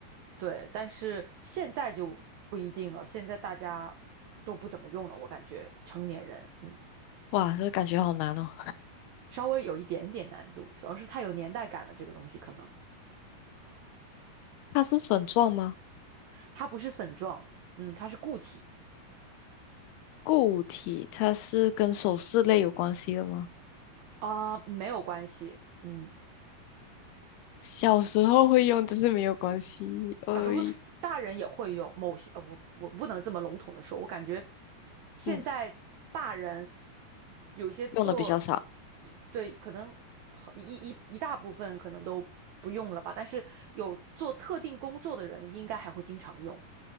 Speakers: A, on the right (about 80°); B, on the left (about 80°).
A: 对。但是现在就不一定了，现在大家都不怎么用了，我感觉成年人，嗯，
B: 哇，这感觉好难哦。
A: 稍微有一点点难度，主要是太有年代感了，这个东西可能
B: 它是粉状吗？
A: 它不是粉状，嗯，它是固体，
B: 固体，它是跟首饰类有关系的吗？
A: 啊、没有关系，嗯。
B: 小时候会用，但是没有关系。
A: 小时候会大人也会有某些，
B: 呃，
A: 呃，我我不能这么笼统的说，我感觉现在大人
B: 嗯，
A: 有些做，
B: 用的比较少。
A: 一对，可能很一一一大部分可能都不用了吧，但是有做特定工作的人应该还会经常用。